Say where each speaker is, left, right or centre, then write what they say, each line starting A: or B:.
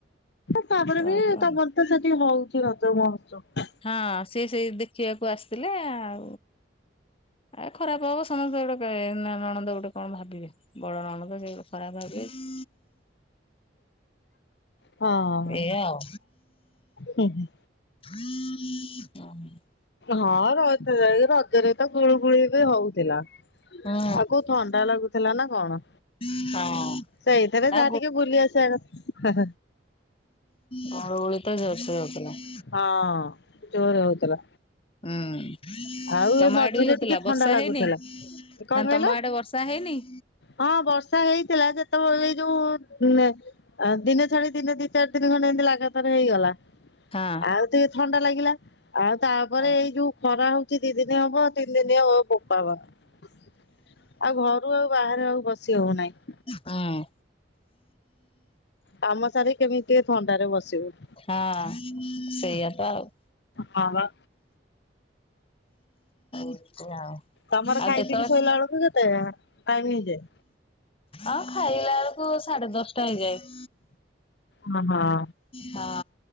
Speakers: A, on the left; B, on the left.
A: ତାପରେ
B: ରହିଲୁ
A: ବି
B: ଆଉ।
A: ତମର ତ ସେଠି ହୋଉଛି ରଜ ମହତ୍ସବ।
B: ହଁ ସିଏ ସେଇ ଦେଖିବାକୁ ଆସିଥିଲେ ଆ ଆ ଖରାପ ହବ ସମସ୍ତେ ଗୋଟେ ନଣନ୍ଦ ଗୋଟେ କଣ ଭାବିବେ। ବଡ ରଣଦ ସେ ଖରାପ ଭାବିବେ।
A: ହଁ
B: ଏଇଆ ଆଉ
A: ହଁ।
B: ହଁ ହ ହଁ।
A: ହଁ ରଜ ଯାଇ ରଜରେ ତ ଗୁଳୁ ଗୁଳି ବି ହୋଉଥିଲା। ଆଉ
B: ହୁଁ
A: କ ଥଣ୍ଡା ଲାଗୁଥିଲା ନା କଣ।
B: ହଁ।
A: ସେଇଥିରେ
B: ନା
A: ଯାହା ଟିକେ ବୁଲିଆସିବା କ
B: ଗୁଳୁ ଗୁଳି ତ ଜୋରସେ ହୋଉଥିଲା।
A: ହଁ। ଜୋର ହଉଥିଲା
B: ହଁ।
A: ଆଉ
B: ତମ
A: ଏ ମଝିରେ
B: ଆଡେ ବି ହୋଉଥିଲା।
A: ଟିକେ ଥଣ୍ଡା
B: ବର୍ଷା
A: ଲାଗୁଥିଲା
B: ହେଇନି
A: କଣ
B: ନା
A: କହିଲ
B: ତମ ଆଡେ ବର୍ଷା ହେଇନି?
A: ହଁ ବର୍ଷା ହେଇଥିଲା ଯେତେବେଳେ ଏଇ ଯୋଉ ଆ ଦିନେ ଛାଡି ଦିନେ ଦି ଚାରି ଦିନି ଖଣ୍ଡେ ଏମିତି ଲାଗାତାର ହେଇଗଲା।
B: ହଁ।
A: ଆଉ ଟିକେ ଥଣ୍ଡା ଲାଗିଲା ଆଉ ତାପରେ
B: ହଁ
A: ଏଇ ଯୋଉ ଖରା ହୋଉ କି ଦି ଦିନ ହବ ଆଉ ତିନି ଦିନ ହବ ବୋପା ମା ଆଉ ଘରୁ ଆଉ ବାହାରେ ଆଉ ବସି ହଉନାହିଁ।
B: ହଁ।
A: କାମ ସାରିକି କେମିତି ଟିକେ ଥଣ୍ଡାରେ ବସିବୁ।
B: ହଁ ସେଇଆ ତ ଆଉ।
A: ହଁ ବା।
B: ଏମିତି ଆଉ।
A: ତମର
B: ଆଉ
A: ଖାଇ
B: କେତେବେଳେ
A: ପିଇକି ଶୋଇଲା ବେଳକୁ କେତେ ଟାଇମ ହେଇଯାଏ?
B: ଆଉ ଖାଇଲା ବେଳକୁ ସାଢେ ଦଶଟା ହେଇଯାଏ।
A: ହଁ ହଁ।
B: ହଁ